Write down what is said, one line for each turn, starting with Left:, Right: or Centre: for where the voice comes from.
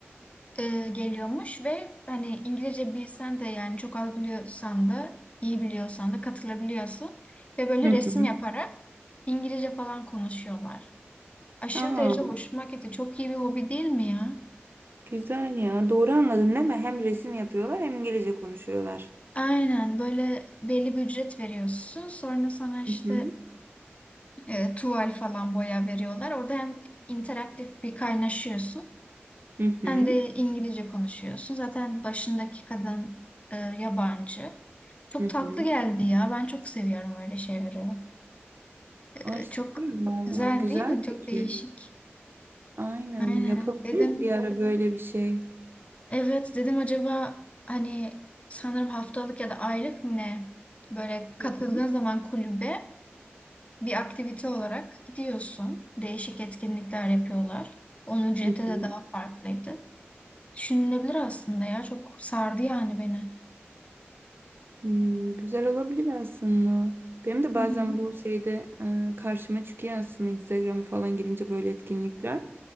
Left: e, geliyormuş ve hani İngilizce bilsen de yani çok az biliyorsan da iyi biliyorsan da katılabiliyorsun ve böyle
Right: Hı hı.
Left: resim
Right: hı.
Left: yaparak İngilizce falan konuşuyorlar. Aşırı
Right: Aa,
Left: derecede hoşuma gitti. Çok iyi bir hobi değil mi ya?
Right: güzel ya. Doğru anladım değil mi? Hem resim yapıyorlar hem İngilizce konuşuyorlar.
Left: Aynen böyle belli bir ücret veriyorsun. Sonra sana işte
Right: Hı hı.
Left: e, tuval falan boya veriyorlar. Orada hem interaktif bir kaynaşıyorsun
Right: Hı hı.
Left: hem de İngilizce konuşuyorsun. Zaten başındaki kadın e, yabancı. Çok
Right: Hı
Left: tatlı
Right: hı.
Left: geldi ya. Ben çok seviyorum öyle şeyleri. Ee,
Right: Ay süper
Left: çok
Right: valla.
Left: güzel
Right: Güzel
Left: değil mi? Çok
Right: fikir.
Left: değişik.
Right: Aynen
Left: Aynen.
Right: yapabiliriz
Left: Dedim.
Right: bir ara böyle bir şey.
Left: Evet dedim acaba hani sanırım haftalık ya da aylık mı ne? Böyle katıldığın
Right: Hı hı.
Left: zaman kulübe bir aktivite olarak gidiyorsun. Değişik etkinlikler yapıyorlar. Onun ücreti
Right: Hı hı.
Left: de daha farklıydı. Düşünülebilir aslında ya. Çok sardı yani beni.
Right: Hmm, güzel olabilir aslında. Benim de bazen
Left: Hı hı.
Right: bu şeyde e, karşıma çıkıyor aslında Instagram'a falan girince böyle etkinlikler.